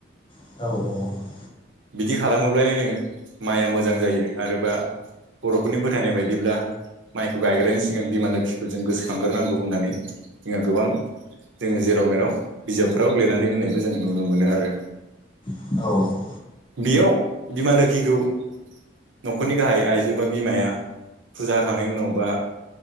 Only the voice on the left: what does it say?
औ औ औ।
औ